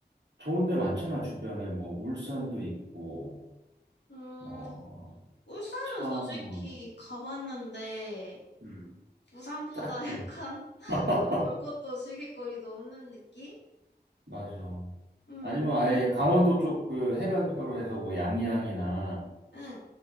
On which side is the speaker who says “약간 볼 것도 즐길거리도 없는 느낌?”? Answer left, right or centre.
Left